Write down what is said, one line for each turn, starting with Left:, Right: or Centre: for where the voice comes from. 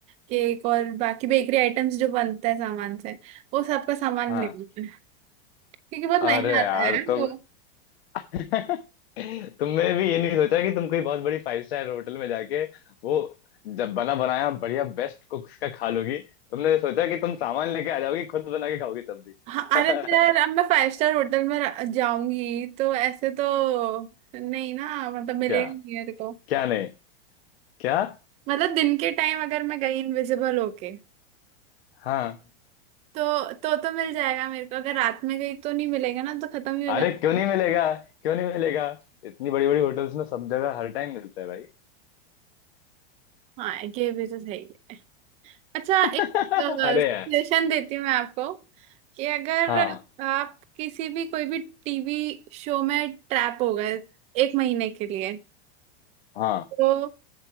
Right: केक और बाकी बेकरी आइटम्स जो बनते हैं सामान से वो सबका सामान
Left: हाँ
Right: लेना है क्योंकि बहुत महंगा
Left: अरे यार
Right: आता है
Left: तुम
Right: वो
Left: <laughs> तुमने भी ये नहीं सोचा कि तुम कोई बहुत बड़ी फाइव स्टार होटल में जाके वो जब बना बनाया बढ़िया बेस्ट कुक्स का खा लोगी तुमने सोचा कि तुम सामान लेके आ जाओगी खुद बना के खाओगी तब भी
Right: हाँ अरे
Left: <laughs>
Right: तो यार अब मैं फाइव स्टार होटल में र- जाऊंगी तो ऐसे तो नहीं ना मतलब मिलेगा
Left: क्या
Right: नहीं मेरे को
Left: क्या नहीं क्या
Right: मतलब दिन के टाइम अगर मैं गई इनविजिबल होके
Left: हाँ
Right: तो तो तो मिल जाएगा मेरे को अगर रात में गई तो नहीं मिलेगा ना तो खत्म ही हो
Left: अरे
Right: जाता
Left: क्यों नहीं
Right: है
Left: मिलेगा क्यों नहीं मिलेगा इतनी बड़ी बड़ी होटल्स में सब जगह हर टाइम मिलता है भाई
Right: हाँ ये भी तो सही है अच्छा
Left: <laughs>
Right: एक सजेशन
Left: अरे यार
Right: देती हूँ मैं आपको कि अगर
Left: हाँ
Right: आप किसी भी कोई भी टीवी शो में ट्रैप हो गए एक महीने के लिए
Left: हाँ
Right: तो